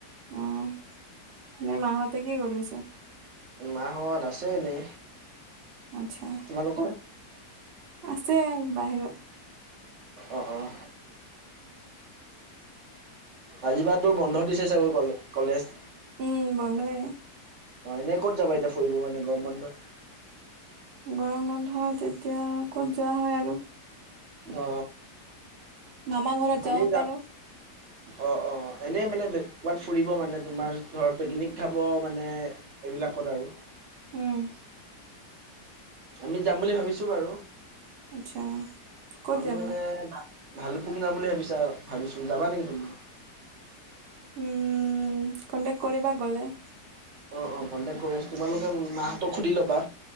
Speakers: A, on the right; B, on the right.
A: উম। এনে মাহঁতে কি কৰি আছে?
B: মাঁহত, আছে এনে।
A: আচ্ছা।
B: তোমালোকৰ?
A: আছে আৰু বাহিৰত।
B: অ অ অ। আজিৰপৰাটো বন্ধ দিছে চাগৈ কলে কলেজ
A: উম বন্ধয়ে।
B: অ এনে ক'ত যাবা এতিয়া ফুৰিব হয়নে গৰম বন্ধত?
A: গৰম, বন্ধত এতিয়া ক'ত যোৱা হয় আৰু।
B: অ,
A: মামা ঘৰত
B: আমি
A: যাব
B: যাম।
A: পাৰো
B: অ অ। এনেই মানে বে ক'ৰবাত ফুৰিব মানে তোমাৰ ধৰ পিকনিক, খাব মানে এইবিলাকত আৰু।
A: উম
B: আমি যাম বুলি ভাবিছোঁ বাৰু।
A: আচ্ছা ক'ত
B: আমি
A: যাবা
B: মানে ভালেপুংগ্ৰামলে, বিছা ভাবিছো যাবা নেকি তুমি?
A: উম কণ্টেক্ট কৰিবা গ'লে।
B: অ, অ। কণ্টেক্ট কৰি আছো, তোমালোকে মাঁহতক সুধি ল'বা।